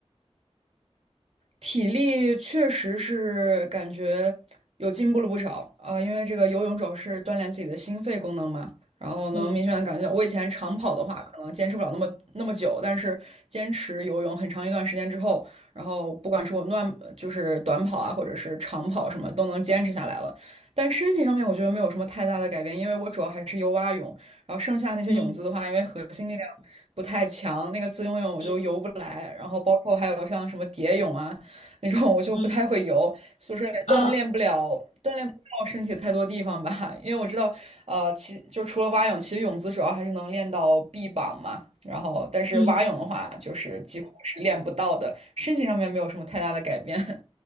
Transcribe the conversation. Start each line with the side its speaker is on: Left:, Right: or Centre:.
Right: 体力确实是感觉有进步了不少啊，因为这个游泳主要是锻炼自己的心肺功能嘛，然后能明显的感觉到，
Left: 嗯
Right: 我以前长跑的话可能坚持不了那么那么久，但是坚持游泳很长一段时间之后，然后不管是我乱就是短跑啊，或者是长跑什么都能坚持下来了。但身体上面我觉得没有什么太大的改变，因为我主要还是游蛙泳，然后剩下那些泳姿的话，
Left: 嗯
Right: 因为核心力量不太强，那个自由泳我就游不来，
Left: 嗯
Right: 然后包括还有像什么蝶泳啊。那种，我就不太会游，
Left: 嗯
Right: 就是也锻炼不了，
Left: 啊
Right: 锻炼不到身体太多地方吧。<laughs> 因为我知道，呃，其就除了蛙泳，其实泳姿主要还是能练到臂膀嘛。然后，但是蛙泳的话，
Left: 嗯
Right: 就是几乎是练不到的，身形上面没有什么太大的改变。